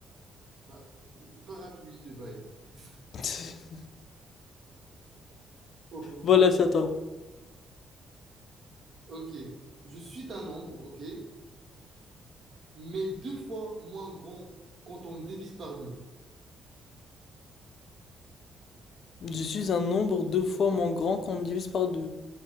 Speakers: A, on the right; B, on the left.
A: bah, parapluie le bail. <laughs>
B: <laughs>
A: Oh, comme
B: Voilà,
A: ça.
B: c'est à toi.
A: Ok, je suis un nombre, ok, mais deux fois moins grand quand on me divise par deux.
B: Je suis un nombre deux fois moins grand quand on me divise par deux.